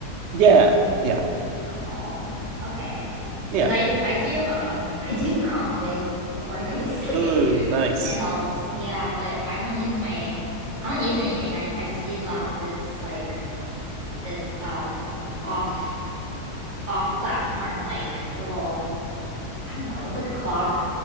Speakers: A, on the right; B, on the right.
A: yeah, yeah,
B: Oh, okay.
A: yeah.
B: Because I I do um <laughs> I do brown noise before I go to sleep.
A: Oh,
B: <laughs>
A: nice.
B: It helps. Yeah, but I don't use my I don't use anything. I I just use um this like this um off off platform like little I don't know. It's like a clock,